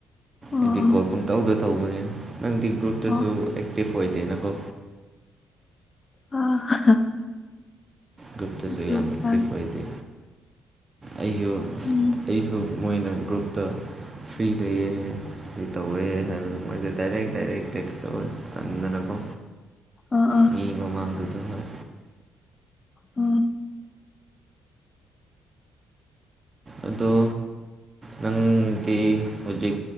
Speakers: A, on the left; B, on the right.
A: ꯑꯣ
B: ꯑꯩꯗꯤ
A: ꯑꯣ
B: ꯀꯣꯜ ꯄꯪꯇꯧꯗ ꯇꯧꯕꯅꯤꯅ ꯅꯪꯗꯤ ꯒ꯭ꯔꯨꯞꯇꯁꯨ
A: ꯑꯣ
B: ꯑꯦꯛꯇꯤꯞ ꯑꯣꯏꯗꯦꯅꯀꯣ
A: ꯑꯣ
B: ꯒ꯭ꯔꯨꯞꯇꯁꯨ
A: ꯒ꯭ꯔꯨꯞꯇ
B: ꯌꯥꯝ ꯑꯦꯛꯇꯤꯚ ꯑꯣꯏꯗꯦ ꯑꯩꯁꯨ ꯑꯁ
A: ꯎꯝ
B: ꯑꯩꯁꯨ ꯃꯣꯏꯅ ꯒ꯭ꯔꯨꯞꯇ ꯐ꯭ꯔꯤꯗ ꯌꯦꯛꯑꯦ ꯀꯔꯤ ꯇꯧꯋꯦ ꯍꯥꯏꯕꯗ ꯃꯣꯏꯗ ꯗꯥꯏꯔꯦꯛ ꯗꯥꯏꯔꯦꯛ ꯇꯦꯛꯁ ꯇꯧꯋꯦ ꯇꯟꯗꯅꯀꯣ
A: ꯑꯥ ꯑꯥ
B: ꯃꯤ ꯃꯃꯥꯡꯗꯨꯗ ꯍꯣꯏ
A: ꯎꯝ
B: ꯑꯗꯣ ꯅꯪ ꯗꯤ ꯍꯧꯖꯤꯛ